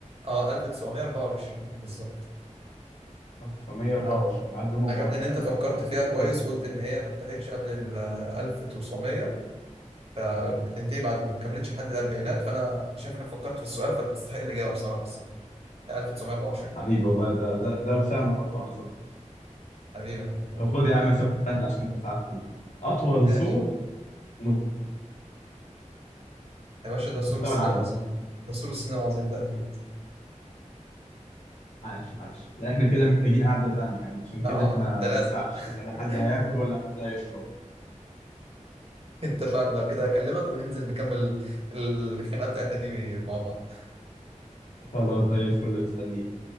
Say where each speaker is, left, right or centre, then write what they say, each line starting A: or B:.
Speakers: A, on the right; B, on the left.
A: اه 1924 بالظبط
B: 1924
A: انا
B: معلومة
A: عجبني
B: مو-
A: ان
B: حلوة
A: انت فكرت
B: يعني الواحد
A: فيها
B: استفاد
A: كويس
B: منها
A: قلت ان هي ما انتهتش قبل ال 1900 ف وهتنتهي بعد وما كملتش لحد الاربعينات فانا شايف انك فكرت في السؤال فتستحق الاجابه بصراحه الصح 1924
B: حبيبي والله ده ده ده وسام احطه على صدره
A: حبيبي ربنا يخليك
B: طب خد يا عم سؤال سهل عشان انت ساعدتني اطول
A: ماشي
B: سور في
A: يا باشا ده سور
B: مستوى
A: الصين
B: العالم
A: العظيم ده سور الصين العظيم ده اكيد
B: عاش عاش لا احنا كده محتاجين قعدة تانية يعني عشان كده
A: اه
B: احنا
A: ده
B: ما
A: لازم
B: ينفعش كده لا حد هياكل
A: <laughs>
B: ولا حد هيشرب
A: اتفقنا لو كده اكلمك وننزل نكمل الخناقه بتاعتنا دي مع بعض
B: خلاص زي الفل مستنيك